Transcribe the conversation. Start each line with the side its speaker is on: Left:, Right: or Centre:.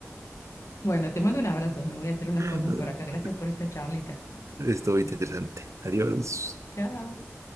Left: Bueno, te mando un abrazo, me voy a hacer unas
Right: <laughs>
Left: cosas por acá. Gracias por esta charlita.
Right: Estuvo interesante. Adiós.
Left: Chao.